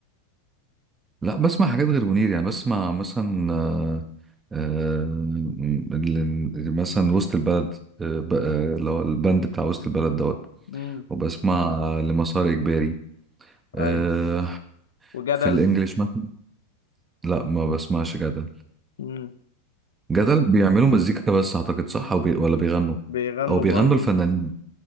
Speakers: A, on the right (about 15°); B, on the left (about 60°).
A: لا بسمع حاجات غير منير يعني بسمع مثلا آه، آه، ال- ال- مثلا وسط البلد آه، ب- آه، اللي هو البند بتاع وسط البلد دوت
B: مم.
A: وبسمع لمسار إجباري آه،
B: ايوه وجدل
A: في الإنجليش مثلا لا ما بسمعش جدل
B: امم
A: جدل بيعملوا مزيكا بس أعتقد صح أو بي ولا بيغنوا
B: بيغنوا
A: أو بيغنوا
B: برضه
A: الفنانين